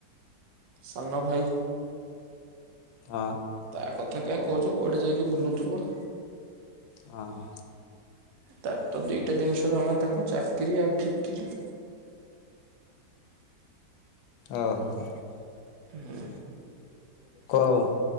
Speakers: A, on the right; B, on the left.
A: ସାନଭାଇ।
B: ହଁ।
A: ତା କଥା କାଇଁ କହୁଛ କୁଆଡେ ଯାଇକି ବୁଲୁଥିବ।
B: ହଁ।
A: ତାର ତ ଦିଟା ଜିନିଷ ଜଣା ତାକୁ ଚାକିରି ଆଉ ଠିକିରି।
B: ଓ ହୋ।
A: ହୁଁ
B: ଆଉ।